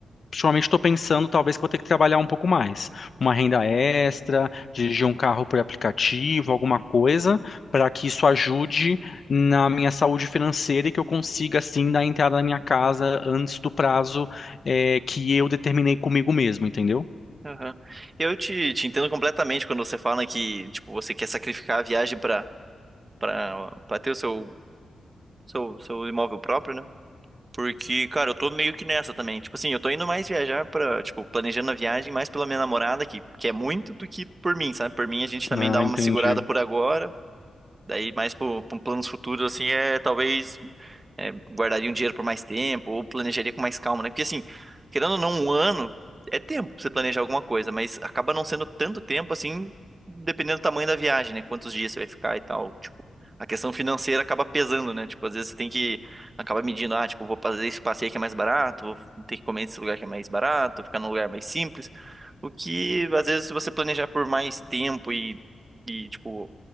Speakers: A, on the left; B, on the right.
A: ultimamente estou pensando talvez que eu vou ter que trabalhar um pouco mais. Uma renda extra, dirigir um carro por aplicativo, alguma coisa, para que isso ajude na minha saúde financeira e que eu consiga, assim, dar entrada na minha casa antes do prazo, é, que eu determinei comigo mesmo, entendeu?
B: Aham. Eu te, te entendo completamente quando você fala que, tipo, você quer sacrificar a viagem pra, pra, pra ter o seu, seu, seu imóvel próprio, né? Porque, cara, eu tô meio que nessa também. Tipo assim, eu tô indo mais viajar pra, tipo, planejando a viagem mais pela minha namorada, que, que é muito, do que por mim, sabe? Por mim, a gente também
A: Ah,
B: dava
A: entendi.
B: uma segurada por agora, Daí, mais para planos futuros, assim, é talvez é, guardaria um dinheiro por mais tempo ou planejaria com mais calma, né? Porque, assim, querendo ou não, um ano é tempo pra você planejar alguma coisa, mas acaba não sendo tanto tempo, assim, dependendo do tamanho da viagem, né? Quantos dias você vai ficar e tal. Tipo, a questão financeira acaba pesando, né? Tipo, às vezes você tem que acaba medindo, ah, tipo, vou fazer esse passeio que é mais barato, vou ter que comer nesse lugar que é mais barato, ficar num lugar mais simples. O que, às vezes, se você planejar por mais tempo e. E, tipo,